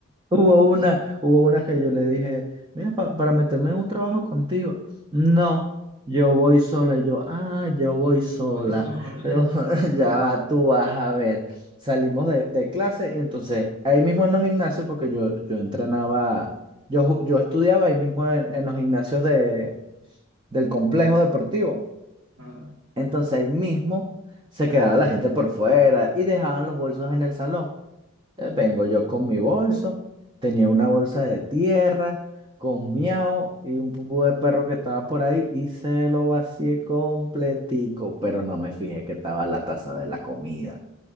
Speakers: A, on the right; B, on the right.
A: Hubo una, hubo una que yo le dije, mira, pa- para meterme en un trabajo contigo. No, yo voy sola. Y yo, ah, yo voy
B: <laughs>
A: sola.
B: Tú vas sola.
A: Pero <laughs> ya va, tú vas a ver. Salimos de, de clase y entonces ahí mismo en los gimnasios, porque yo, yo entrenaba, yo, ju- yo estudiaba ahí mismo en, en los gimnasios de, del complejo deportivo.
B: <laughs>
A: Entonces ahí mismo se quedaba la gente por fuera y dejaban los bolsos en el salón. Eh, Vengo yo con mi bolso, tenía una bolsa de tierra, con miau y un pupú de perro que estaba por ahí y se lo vacié completico, pero no me fijé que estaba la taza de la comida.